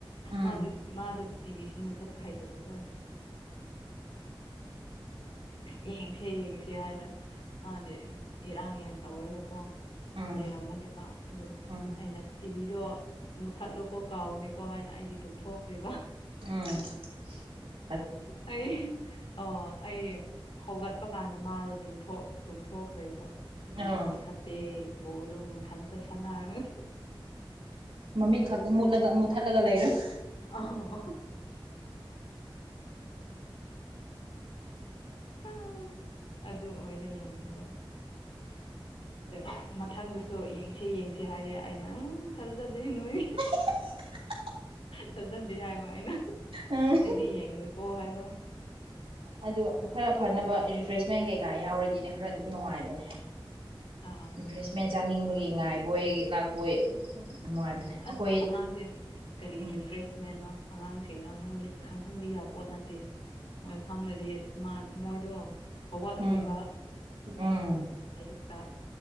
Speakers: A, on the right; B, on the left.
A: ꯎꯝ
B: ꯃꯥꯗꯨ ꯃꯥꯗꯨ ꯇꯤꯚꯤ ꯁꯨ ꯃꯨꯠꯊꯠꯄ ꯍꯩꯇꯕꯗꯣ꯫ ꯌꯦꯡꯁꯦ ꯌꯦꯡꯁꯦ ꯍꯥꯏꯅ ꯃꯥꯗꯤ ꯏꯔꯥꯡ ꯌꯥꯝ ꯇꯧꯔꯒꯀꯣ꯫
A: ꯎꯝ
B: ꯂꯩꯔꯝꯕꯅꯦꯕ ꯑꯗꯨ
A: ꯎꯝ
B: ꯑꯩꯅ ꯇꯤꯚꯤꯗꯣ꯫ ꯃꯨꯠꯊꯠꯂꯨꯀꯣ ꯀꯥꯎꯅꯤꯀꯣ ꯍꯥꯏꯅ ꯑꯩꯗꯤ ꯇꯨꯝꯊꯣꯛꯈ꯭ꯔꯦꯕ꯫
A: <unintelligible>
B: ꯑꯩ꯫ ꯑꯣ ꯑꯩ ꯍꯧꯒꯠꯄ ꯀꯥꯟꯗ ꯃꯥꯗꯣ ꯇꯨꯝꯊꯣꯛ꫰ꯇꯨꯝꯊꯣꯛꯈ꯭ꯔꯦꯕ꯫ ꯇꯤꯚꯤꯁꯨ
A: ꯑꯥ
B: ꯃꯨꯠꯊꯠꯇꯦ ꯕꯣꯜꯗꯨ ꯃꯊꯟꯇ ꯁꯥꯟꯅꯔꯒ꯫
A: ꯃꯃꯤꯠ ꯈꯛꯇ ꯃꯨꯠꯂꯒ ꯃꯨꯠꯊꯠꯂꯒ ꯂꯩꯔꯕ꯫
B: ꯑꯣ ꯑ ꯑꯗꯨ ꯑꯣꯏ ꯂꯩꯔꯝꯃꯦꯕ ꯑꯗ ꯃꯊꯪꯗꯁꯨ ꯌꯦꯡꯁꯦ ꯌꯦꯡꯁꯦ ꯍꯥꯏꯌꯦꯦ ꯑ ꯅꯪ ꯊꯜꯖꯗꯣꯏ ꯅꯣꯏ
A: <unintelligible>
B: ꯊꯥꯖꯗꯦ ꯍꯥꯏꯕ ꯑꯩꯅ
A: ꯎꯝ
B: ꯑꯩꯗꯤ ꯌꯦꯡꯂꯨꯀꯣ ꯍꯥꯏꯕ
A: ꯑꯗꯣ ꯈꯔ ꯐꯅꯕ ꯔꯤꯐ꯭ꯔꯦꯁꯃꯦꯟ ꯀꯩꯀꯥ ꯌꯥꯎꯔꯗꯤꯅꯦ ꯈꯔ ꯑꯗꯨꯝ ꯅꯨꯡꯉꯥꯏꯕꯅꯦ
B: ꯑꯥ
A: ꯔꯤꯐ꯭ꯔꯦꯁꯃꯦꯟ ꯆꯥꯅꯤꯡꯕꯒꯤ
B: ꯍꯣꯏ
A: ꯉꯥꯏꯕꯣꯏ ꯂꯥꯛꯄꯣꯏ ꯅꯨꯡꯉꯥꯏꯕꯅꯦ
B: ꯎꯝ ꯑꯁ
A: ꯑꯩꯈꯣꯏ
B: ꯑꯉꯥꯡꯁꯦ ꯀꯔꯤ
A: ꯎꯝ
B: ꯔꯤꯐ꯭ꯔꯦꯁ ꯃꯟꯅꯣ ꯑꯉꯥꯡꯁꯤꯡ ꯈꯪꯍꯟꯕ ꯌꯥꯕ ꯄꯣꯠ ꯅꯠꯇꯦ ꯃꯣꯏ ꯈꯪꯉꯗꯤ ꯃꯣꯏꯗꯣ ꯍꯋꯥꯠꯂꯣꯏꯕ
A: ꯎꯝ ꯎꯝ
B: ꯑꯌꯨꯛꯇ꯫